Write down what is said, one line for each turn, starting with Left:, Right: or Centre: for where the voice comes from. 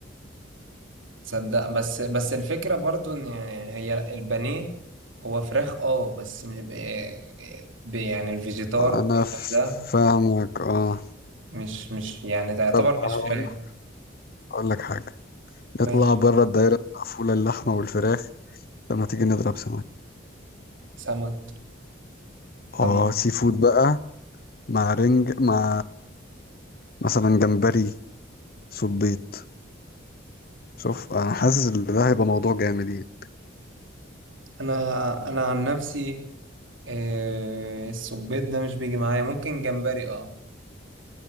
Right: تصدق بس بس الفكرة برضو ان هي البانيه هو فراخ اه بس م- إيه- ب- يعني الفيجيتار والكلام
Left: انا ف-
Right: ده
Left: فاهمك اه
Right: مش مش يعني ده يعتبر
Left: طب هقول
Right: مش فراخ
Left: لك هقول لك حاجة
Right: ماشي
Left: نطلع بره الدايرة المقفولة اللحمة والفراخ لما تيجي نضرب سمك
Right: سمك طب
Left: اه سي فود بقى مع رنج مع مثلا جمبري صبيط شوف انا حاسس ان ده هيبقى موضوع جامد يعني
Right: انا انا عن نفسي آه، السبيط ده مش بيجي معايا ممكن جمبري اه